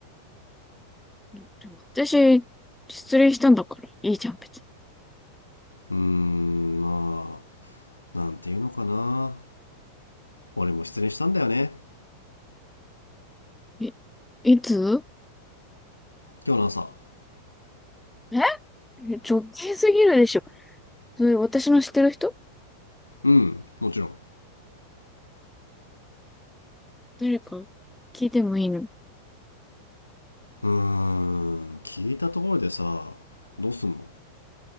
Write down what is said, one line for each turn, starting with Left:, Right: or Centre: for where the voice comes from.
Centre: だって私、失恋したんだから、いいじゃん、別
Left: うーんまあなんていうのかな俺も失恋したんだよね
Centre: に。い、いつ
Left: 今日の朝
Centre: ええ直近すぎるでしょ。それ、私の知ってる人
Left: うんもちろん
Centre: 誰か聞いてもいいの
Left: うーん聞いたところでさどうすんの